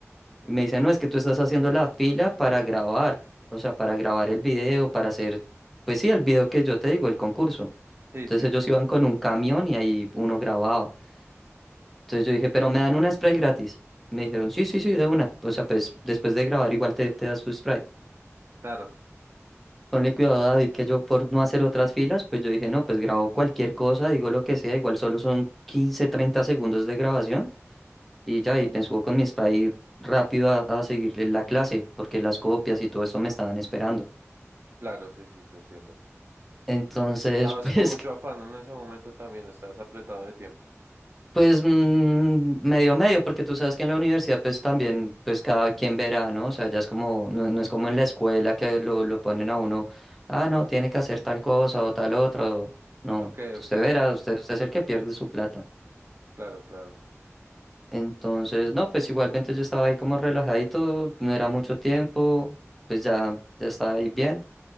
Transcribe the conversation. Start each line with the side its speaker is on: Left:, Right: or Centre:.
Centre: Y me dicen, no, es que tú estás haciendo la fila para grabar, o sea, para grabar el video, para hacer, pues sí, el video que yo te digo, el concurso.
Right: sí,
Centre: Entonces
Right: sí,
Centre: ellos iban con un camión y ahí uno grababa. Entonces yo dije, pero me dan una spray gratis. Me dijeron, sí, sí, sí, de una. O sea, pues después de grabar igual te, te das tu spray.
Right: claro,
Centre: Ponle cuidado, David, que yo por no hacer otras filas, pues yo dije, no, pues grabo cualquier cosa, digo lo que sea, igual solo son quince treinta segundos de grabación y ya, y me subo con mi spa y rápido a, a seguirle la clase, porque las copias y todo eso me estaban esperando.
Right: claro, sí, sí, te entiendo.
Centre: Entonces,
Right: Estabas
Centre: <laughs> pues
Right: con mucho afán en ese momento también, estabas apretado de tiempo.
Centre: Pues mm, medio medio, porque tú sabes que en la universidad pues también pues cada quien verá, ¿no? O sea, ya es como, no, no es como en la escuela que lo, lo ponen a uno, ah, no, tiene que hacer tal cosa o tal otro. No,
Right: Ok, ok,
Centre: usted verá, usted, usted es el que pierde su plata.
Right: claro, claro.
Centre: Entonces, no, pues igualmente yo estaba ahí como relajadito, no era mucho tiempo, pues ya, ya estaba ahí bien.